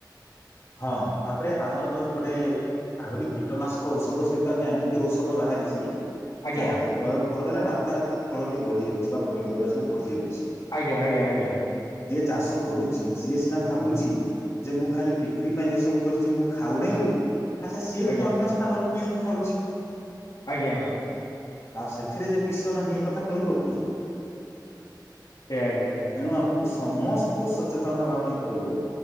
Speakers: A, on the left; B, on the left.
A: ହଁ ତାପରେ ଆମର ଯୋଉ ଗୋଟେ ଆହୁରି କୀଟନାଶକ ଔଷଧ ସହିତ ଆଜ୍ଞା ଏମିତି ଔଷଧ ବାହାରିଛି।
B: ଆଜ୍ଞା
A: ଯାହାକୁ ପ୍ରୟୋଗ କରଦେଲେ ରାତା ରାତି ଫଳଟି ବଢି ଯାଉଛି। ବା ପନିପରିବା ସବୁ ବଢିଯାଉ
B: ଆଜ୍ଞା ଆଜ୍ଞା ଆଜ୍ଞା।
A: ଚାଷ କରୁଛି ସିଏ ସିନା ଭାବୁଛି। ଯେ ମୁଁ ଖାଲି ପିକ ପାଇଁ ଏସବୁ କରିଛି ମୁଁ ଖାଉ ନାହିଁ ବୋଲି। ଆଚ୍ଛା ସିଏ
B: ଆଜ୍ଞା
A: ବି ତ ଅନ୍ୟ ସ୍ଥାନରୁ କିଣିକି ଖାଉଛି।
B: ଆଜ୍ଞା।
A: ଆଉ ସେଥିରେ ଯେ ବିଷ ନାହିଁ ଏକଥା କହିବ କିଏ?
B: ସେଇୟା ଆଜ୍ଞା।
A: ଏଣୁ ଆମକୁ ସମସ୍ତଙ୍କୁ ସଚେତନ ହେବା ପାଇଁ ପଡିବ।